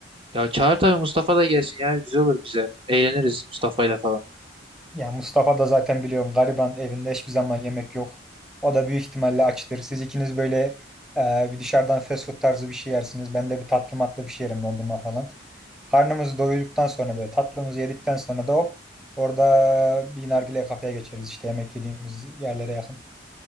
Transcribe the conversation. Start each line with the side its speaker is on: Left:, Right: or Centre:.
Right: Ya çağır tabii Mustafa da gelsin ya güzel olur bize. Eğleniriz Mustafa'yla falan.
Centre: Ya Mustafa da zaten biliyorum gariban evinde hiçbir zaman yemek yok. O da büyük ihtimalle açtır. Siz ikiniz böyle e, bir dışarıdan fast food tarzı bir şey yersiniz. Ben de bir tatlı matlı bir şey yerim dondurma falan. Karnımızı doyduktan sonra böyle tatlımızı yedikten sonra da hop orada bir nargile kafeye geçeriz. işte yemek yediğimiz yerlere yakın.